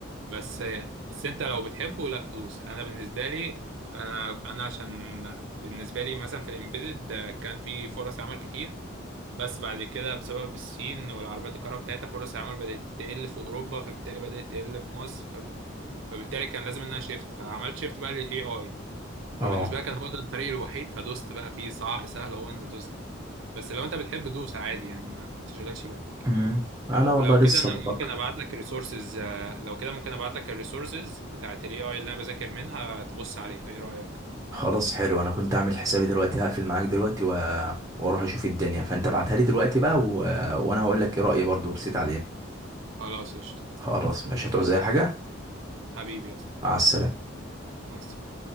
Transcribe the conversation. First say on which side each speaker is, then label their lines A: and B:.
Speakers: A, on the right; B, on the right.
A: بس بس أنت لو بتحبه لا دوس أنا بالنسبة لي أنا أنا عشان بالنسبة لي مثلا في الإمبيدد كان في فرص عمل كتير بس بعد كده بسبب الصين والعربيات الكهرباء بتاعتها فرص العمل بدأت تقل في أوروبا فبالتالي بدأت تقل في مصر فب... فبالتالي كان لازم إنها شيفت فعملت شيفت بقى لل AI
B: اه
A: فبالنسبة لي كان هو ده الطريق الوحيد فدوست بقى فيه صعب سهل هو إن دوست بس لو أنت بتحب دوس عادي يعني ما, ما تشغلش بالك
B: مم. انا والله
A: ولو
B: لسه
A: كده أنا ممكن
B: بفكر
A: أبعت لك الريسورسز لو كده ممكن أبعت لك الريسورسز بتاعت ال AI اللي أنا بذاكر منها تبص عليها إيه رأيك؟
B: خلاص حلو انا كنت عامل حسابي دلوقتي هقفل معاك دلوقتي و... واروح اشوف الدنيا فانت ابعتها لي دلوقتي بقى و... وانا هقول لك ايه رايي برضو ورسيت عليه
A: خلاص قشطة
B: خلاص مش هتعوز اي حاجه
A: حبيبي يا اسطى
B: مع السلامه
A: مع السلامة